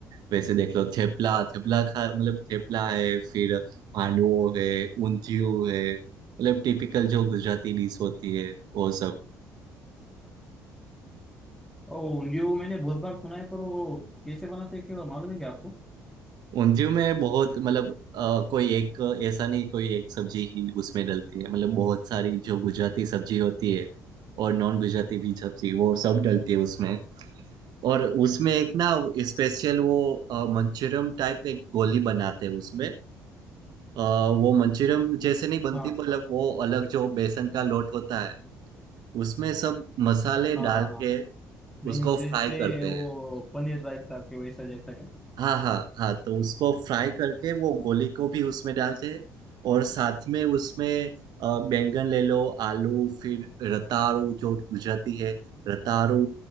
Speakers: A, on the right (about 60°); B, in the centre.
A: वैसे देख लो थेपला थेपला खा मतलब थेपला है फिर हांडवो है ऊंधियू है मतलब टिपिकल जो गुजराती डिश होती है वो सब
B: ओ उंगलियों मैंने बहुत बार सुना है पर वो कैसे बनाते हैं क्या मालूम है क्या आपको
A: ऊंधियू में बहुत मतलब अ, कोई एक ऐसा नहीं कोई एक सब्जी ही उसमें डलती है मतलब बहुत सारी जो गुजराती सब्जी होती है और नॉन गुजराती भी सब्जी वो सब डलती है उसमें और उसमें एक ना स्पेशल वो अ, मंचूरियम टाइप एक गोली बनाते हैं उसमें अ, वो मंचूरियम जैसे नहीं बनती
B: हाँ
A: मतलब वो अलग जो बेसन का लोट होता है उसमें सब मसाले
B: हाँ
A: डाल
B: हाँ हाँ
A: के
B: मीन्स
A: उसको
B: जैसे
A: फ्राई करते
B: वो
A: हैं
B: पनीर रायता के वैसा जैसा क्या
A: हाँ हाँ हाँ तो उसको फ्राई करके वो गोली को भी उसमें डालते हैं और साथ में उसमें अ, बैंगन ले लो आलू फिर रताड़ू जो गुजराती है रताड़ू